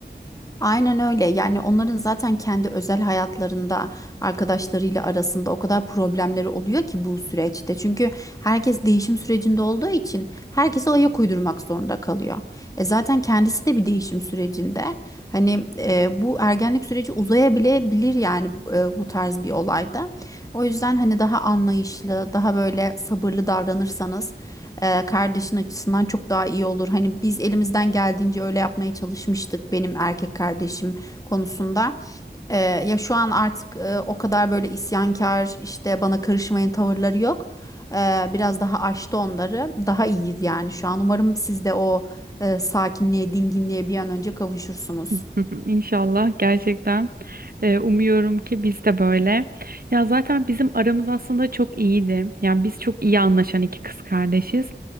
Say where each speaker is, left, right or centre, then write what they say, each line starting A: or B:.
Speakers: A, on the left; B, on the right.
A: Aynen öyle. Yani onların zaten kendi özel hayatlarında arkadaşlarıyla arasında o kadar problemleri oluyor ki bu süreçte. Çünkü herkes değişim sürecinde olduğu için herkese ayak uydurmak zorunda kalıyor. E zaten kendisi de bir değişim sürecinde. Hani e, bu ergenlik süreci uzayabilebilir yani e, bu tarz bir olayda. O yüzden hani daha anlayışlı, daha böyle sabırlı davranırsanız e, kardeşin açısından çok daha iyi olur. Hani biz elimizden geldiğince öyle yapmaya çalışmıştık benim erkek kardeşim konusunda. E, ya şu an artık e, o kadar böyle isyankar işte bana karışmayın tavırları yok. E, biraz daha aştı onları. Daha iyiyiz yani şu an. Umarım siz de o e, sakinliğe, dinginliğe bir an önce kavuşursunuz.
B: <laughs> İnşallah gerçekten Ee, umuyorum ki biz de böyle. Ya zaten bizim aramız aslında çok iyiydi. Yani biz çok iyi anlaşan iki kız kardeşiz.